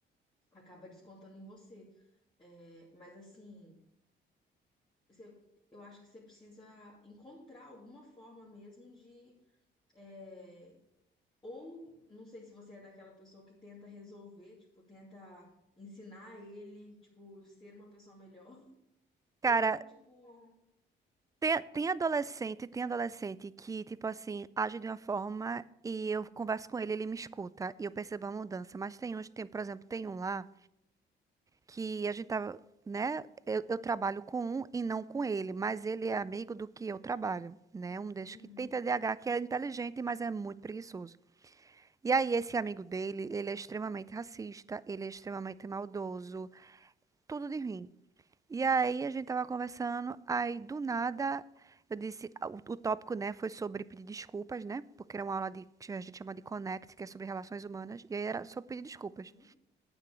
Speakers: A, on the left; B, on the right.
A: acaba descontando em você. É, mas assim, você- eu acho que você precisa encontrar alguma forma mesmo de. é, ou, não sei se você é daquela pessoa que tenta resolver, tipo, tenta ensinar ele, tipo, ser uma pessoa melhor, <laughs> ou
B: Cara,
A: tipo.
B: tem, tem adolescente, tem adolescente que, tipo assim, age de uma forma e eu converso com ele, ele me escuta e eu percebo a mudança. Mas tem uns, tem, por exemplo, tem um lá. que a gente tava, né? Eu, eu trabalho com um e não com ele, mas ele é amigo do que eu trabalho, né? Um desses
A: Uhum,
B: que tem TDAH, que é inteligente, mas é muito preguiçoso. E aí, esse amigo dele, ele é extremamente racista, ele é extremamente maldoso, tudo de ruim. E aí, a gente tava conversando, aí do nada. Eu disse, ah, o, o tópico, né, foi sobre pedir desculpas, né? Porque era uma aula de, que a gente chama de Connect, que é sobre relações humanas, e aí era sobre pedir desculpas.
A: uhum,